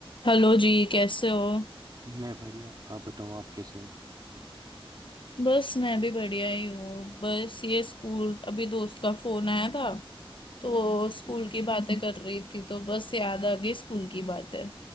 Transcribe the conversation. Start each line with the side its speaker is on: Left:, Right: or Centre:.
Left: Hello जी कैसे हो
Right: मैं बढ़िया आप बताओ आप कैसे हो
Left: बस मैं भी बढ़िया ही हूँ बस ये स्कूल अभी दोस्त का फोन आया था तो वो स्कूल की बातें कर रही थी तो बस याद आ गई स्कूल की बातें